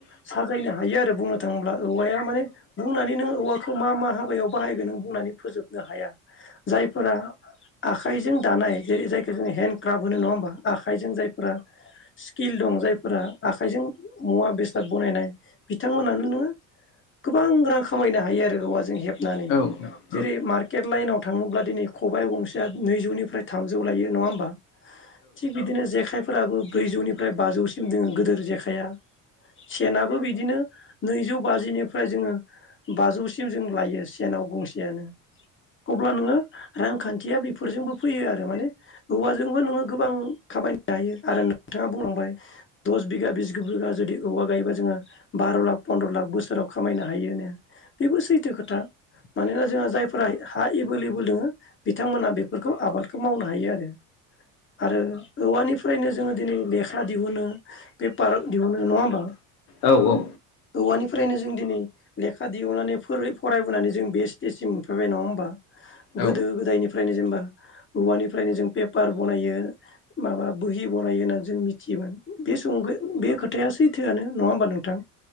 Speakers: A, on the left; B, on the left.
A: साजायनो हायो आरो बुंनो थाङोब्ला। औवाया माने बुंनानै नों औवाखौ मा मा हाबायाव बाहायगोन नों बुंनानै फोजोबनो हाया। जायफोरा। आखाइजों दानाय जेरै जायखौ जों हेन्दडक्राफ्ट होनो नङा होमबा आखाइजों जायफोरा स्किल। दं जायफोरा आखाइजों मुवा बेसाद बनायनाय बिथांमोनानो नोङो। गोबां रां खामायनो हायो आरो औवाजों हेब
B: औ
A: जेरै मार्केट लाइनाव थाङोब्ला दिनै खबाइ गंसेया नैजौनिफ्राय थामजौ लायो नङा होमबा। थिग बिदिनो जेखायफोराबो ब्रैजौनिफ्राय बाजौसिम दोङो गोदोर जेखाइआ। सेनाबो बिदिनो। नैजौ बाजिनिफ्राय जोङो बाजौसिम जों लायो सेनाव गंसेयानो। अब्ला नोङो रांखान्थिया बेफोरजोंबो फैयो आरो माने औवाजोंबो नोङो गोबां। खामायनो हायो आरो नोंथाङा बुंलांबाय दस बिगा बिस बिघा जुदि औवा गायोबा जोङो बा बार' लाख फन्द्र' लाख बोसोराव खामायनो हायो होना बेबो सैथो खोथा मानोना जोंहा जायफोरा। हा एभेलेबोल दङो बिथांमोनहा बेफोरखौ आबादखौ मावनो हायो आरो। आरो औवानिफ्रायनो जोङो दिनै लेखा दिहुनो पेपार दिहुनो नङा होमबा।
B: औ औ।
A: औवानिफ्रायनो जों दिनै लेखा दिहनानै फरायबोनानै जों बे स्टेजसिम मोनफैबाय नङा होम बा
B: औ
A: गोदो गोदायनिफ्रायनो जेनेबा। औवानिफ्रायनो जों पेपार बनायो माबा बोहि बनायो होननानै जों मिथियोमोन बे समाव। बे खोथाया सैथोआनो नङा होमबा नोंथां